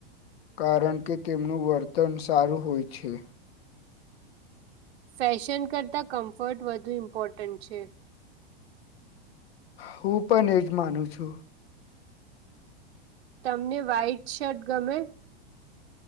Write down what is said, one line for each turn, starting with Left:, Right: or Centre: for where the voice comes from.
Left: કારણ કે તેમનું વર્તન સારું હોય છે.
Right: ફેશન કરતાં કમ્ફર્ટ વધુ ઇમ્પોર્ટન્ટ છે.
Left: હું પણ એજ માનું છુ.
Right: તમને વ્હાઈટ શર્ટ ગમે